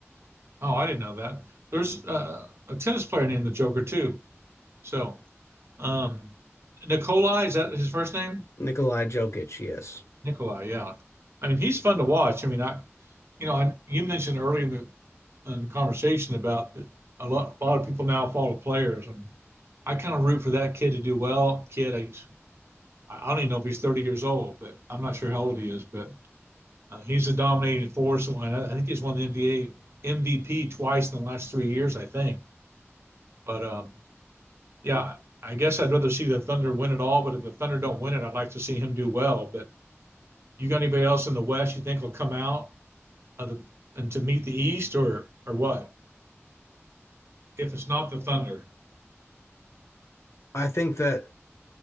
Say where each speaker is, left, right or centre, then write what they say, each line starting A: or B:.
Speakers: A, on the right; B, on the left.
A: Oh, I didn't know that. There's uh, a tennis player named the Joker too. So, um, Nikolai, is that his first name?
B: Nikolai Jokic, yes.
A: Nikolai, yeah. I mean, he's fun to watch. I mean, I, you know, I, you mentioned earlier in the, in the conversation about that a lot, a lot of people now follow players, and I kind of root for that kid to do well. Kid, I, I don't even know if he's 30 years old, but I'm not sure how old he is. But uh, he's a dominating force, and I, I think he's won the NBA MVP twice in the last three years, I think. But um, Yeah, I guess I'd rather see the Thunder win it all, but if the Thunder don't win it, I'd like to see him do well. But you got anybody else in the West you think will come out of the and to meet the East or or what? If it's not the Thunder.
B: I think that